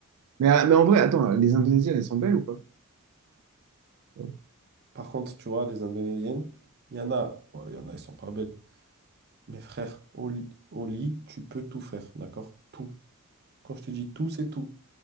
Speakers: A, on the right; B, on the right.
A: Mais, euh, mais en vrai, attends, les Indonésiennes, elles sont belles ou pas? Oh,
B: Par contre, tu vois, les Indonésiennes, il y en a, bon, il y en a, elles sont pas belles. Mais frère, au, li- au lit, tu peux tout faire, d'accord? Tout. Quand je te dis tout, c'est tout.